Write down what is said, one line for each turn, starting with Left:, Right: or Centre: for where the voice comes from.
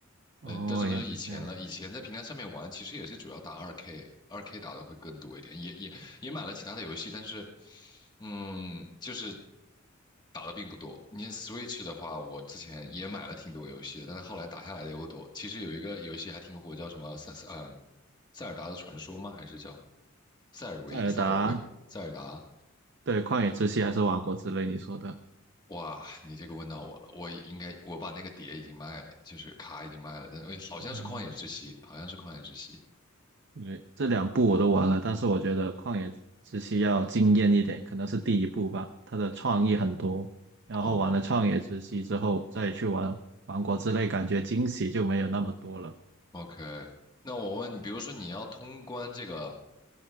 Right: 哦，
Left: 呃，这这都是以前了。
Right: 也是这样。
Left: 以前在平台上面玩，其实也是主要打二 K，二 K 打的会更多一点，也也也买了其他的游戏，但是，嗯，就是打的并不多。你像 Switch 的话，我之前也买了挺多游戏的，但是后来打下来的也不多。其实有一个游戏还挺火，叫什么塞塞嗯塞尔达的传说吗？还是叫塞尔维塞尔维塞尔达？
Right: 塞尔达，对，旷野之息还是王国之泪，你说的，
Left: 哇，你这个问到我了，我应该我把那个碟已经卖了，就是卡已经卖了，但哎好像是旷野之息，
Right: 嗯，
Left: 好像是旷野之息。
Right: 对，这两部我都玩了，但是我觉得旷野之息要惊艳一点，可能是第一部吧，它的创意很多，然后玩了旷野之息之后再去玩王国之泪，
Left: 哦
Right: 感觉惊喜就没有那么多了。
Left: ，OK，那我问你，比如说你要通关这个